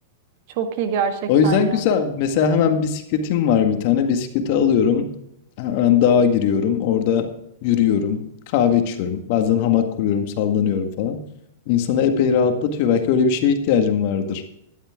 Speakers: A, on the right; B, on the left.
A: Çok iyi gerçekten
B: O yüzden
A: ya.
B: güzel. Mesela hemen bisikletim var bir tane. Bisikleti alıyorum. Hemen dağa giriyorum. Orada yürüyorum. Kahve içiyorum. Bazen hamak kuruyorum, sallanıyorum falan. İnsanı epey rahatlatıyor. Belki öyle bir şeye ihtiyacım vardır.